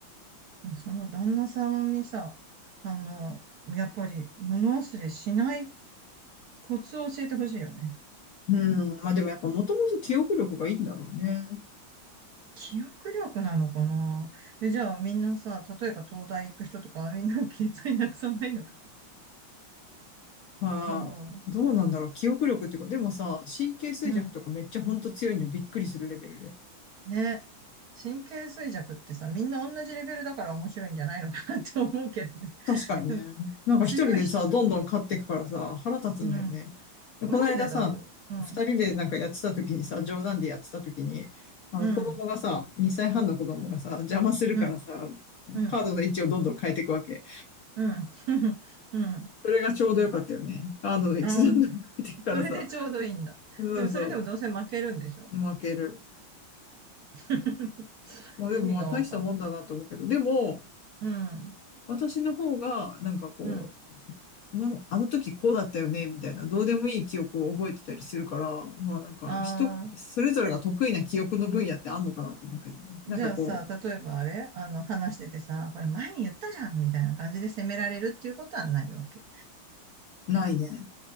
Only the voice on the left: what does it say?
うん。まあでもやっぱもともと記憶力がいいんだろうね。
はあ、
どうなんだろう。記憶力っていうか、でもさ、神経衰弱とかめっちゃほんと強いのびっくりするレベルで。
確かにね。
なんか一人でさ、
どんどん買っていくからさ、腹立つんだよね。
でこの間さ、
二人でなんかやってた時にさ、冗談でやってた時に、あの子供がさ、
2歳半の子供がさ、邪魔するからさ、
カードの位置をどんどん変えていくわけ。
それがちょうどよかったよね。カードの一段でも変ていくからさ。
そうそ
う、負ける。
まあでもまあ大したもんだなと思うけど、
でも、
私の方が、なんかこ
う、なんあの時こうだったよね、みたいな、どうでもいい記憶を覚えてたりするから、まあなんか人、
それぞれが得意な記憶の分野ってあんのかなと思うけどね。
なんかこ
う、ないね。